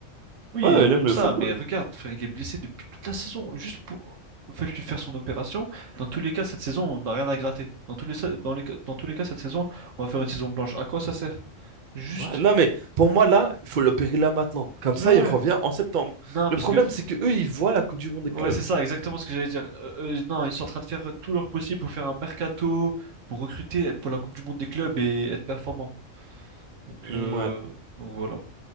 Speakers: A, on the right; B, on the right.
A: Oui,
B: Ouais, il
A: il
B: aime
A: aime
B: le
A: ça,
B: football.
A: mais regarde, frère, il est blessé depuis toute la saison. Juste pour faites-lui faire son opération. Dans tous les cas, cette saison, on n'a rien à gratter. Dans tous les, sa- dans les, ca- dans tous les cas, cette saison, on va faire une saison blanche. À quoi ça sert? Juste.
B: Ouais, non, mais pour moi, là, il faut l'opérer là maintenant. Comme
A: Mais
B: ça,
A: ouais.
B: il revient en septembre.
A: Non,
B: Le
A: parce
B: problème,
A: que
B: c'est que eux, ils voient la Coupe du Monde des
A: ouais,
B: clubs.
A: c'est ça, exactement ce que j'allais dire. Euh, euh, non, ils sont en train de faire tout leur possible pour faire un mercato, pour recruter pour la Coupe du Monde des clubs et être performant. Donc,
B: Ouais,
A: euh, donc voilà.